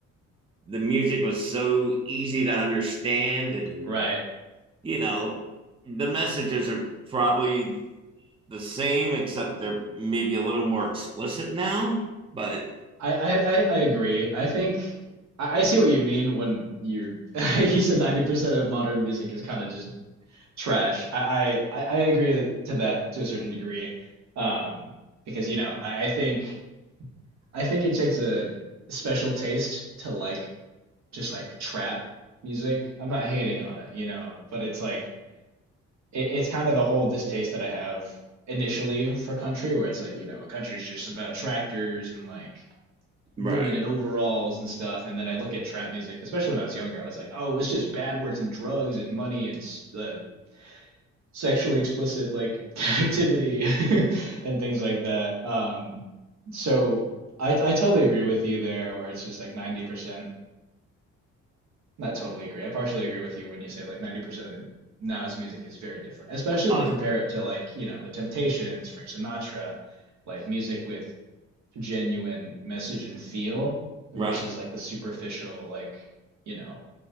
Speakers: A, on the right; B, on the right.
A: the music was so easy to understand, and
B: Right.
A: you know, the messages are probably the same, except they're maybe a little more explicit now. But
B: I, I, I I agree. I think I, I see what you mean when you're <laughs> you said 90% of modern music is kind of just trash. I, I, I I agree that, to that to a certain degree. Um, because you know, I, I think I think it takes a special taste to like just like trap music. I'm not hating on it, you know, but it's like it, it's kind of the whole distaste that I have initially for country where it's like, you know, country is just about tractors and like women
A: right,
B: in overalls and stuff and then i look at trap music especially when i was younger i was like oh it's just bad words and drugs and money and the sexually explicit like <laughs> activity <laughs> and things like that um so i i totally agree with you there where it's just like 90% not totally agree i partially agree with you when you say like 90% of the now's music is very different especially
A: uh,
B: when you compare it to like you know the Temptations Frank Sinatra like music with genuine message and feel versus
A: right,
B: like the superficial like you know